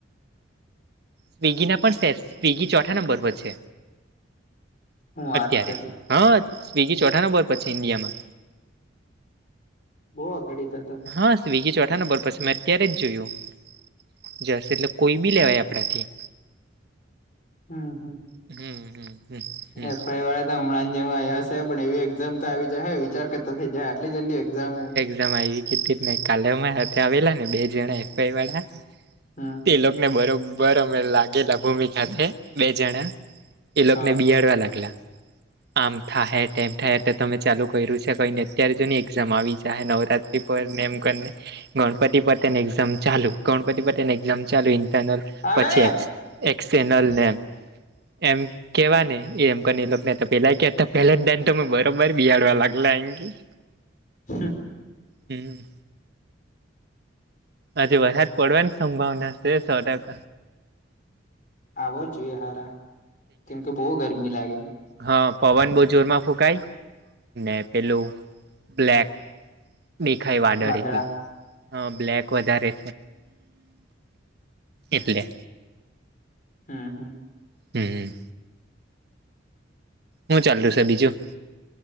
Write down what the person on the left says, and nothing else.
હું વાત
કરે
બો અગાડી તો તો.
હમ હમ.
એફઆઈવાળા તો હમણાં જ જેવા આવ્યા છે. પણ એવી એક્ઝામ તો આવી જાહે વિચાર કર. તો થઇ જાહે. આટલી જલ્દી એક્ઝામ એમ?
હા.
હા
આવે
હમ
આવવો જોઈએ હારા, કેમકે બોવ ગરમી લાગી.
વાદળા
આ.. હ..